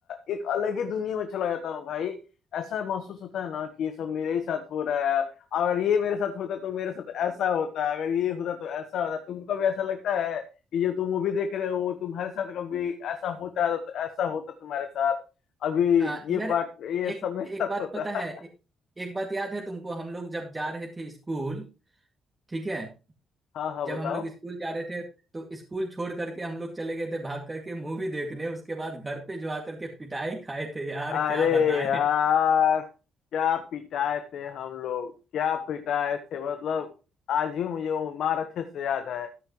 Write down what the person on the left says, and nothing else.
एक अलग ही दुनिया में चला जाता हूँ भाई ऐसा महसूस होता है ना कि ये सब मेरे ही साथ हो रहा है अगर ये मेरे साथ होता तो मेरे साथ ऐसा होता अगर ये होता तो ऐसा होता तुमको कभी ऐसा लगता है कि जो तुम मूवी देख रहे हो वो तुम्हारे साथ कभी ऐसा होता है तो ऐसा होता तुम्हारे साथ अभी
ये पार्ट ये
सब मेरे
साथ
होता
है
हाँ हाँ
बताओ
अरे
यार क्या पिटाए थे हम लोग क्या पिटाए थे मतलब आज भी मुझे वो मार अच्छे से याद है